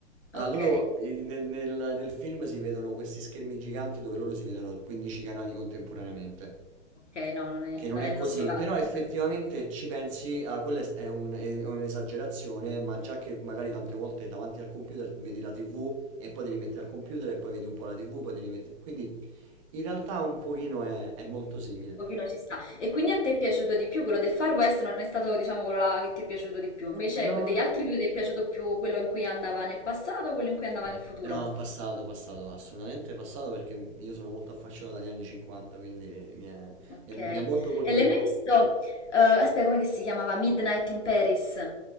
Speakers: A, on the right; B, on the left.
A: Allora,
B: Ok,
A: loro eh, nel, nel- nel film si vedono questi schermi giganti dove loro si vedono 15 canali contemporaneamente,
B: ok, no, non è,
A: che non
B: non
A: è
B: è il
A: così,
B: nostro caso.
A: però
B: Un
A: effettivamente ci pensi, ah, quella è, è un- è un'esagerazione, ma già che magari tante volte davanti al computer vedi la TV e poi ti rimetti al computer e poi vedi un po' la TV, poi ti rimetti... Quindi in realtà un pochino è, è molto simile.
B: pochino ci sta. E quindi a te è piaciuto di più quello del Far West, non è stato, diciamo, quello là che ti è piaciuto di più. Invece
A: No.
B: que- degli altri due ti è piaciuto più quello in cui andava nel passato o quello in cui andava nel futuro?
A: No, passato, passato, assolutamente passato perché io sono molto affascinato dagli anni 50, quindi mi è-
B: Ok.
A: mi ha mi
B: E
A: ha molto colpito.
B: l'hai mai visto? eh, aspetta, come che si chiamava? Midnight in Paris.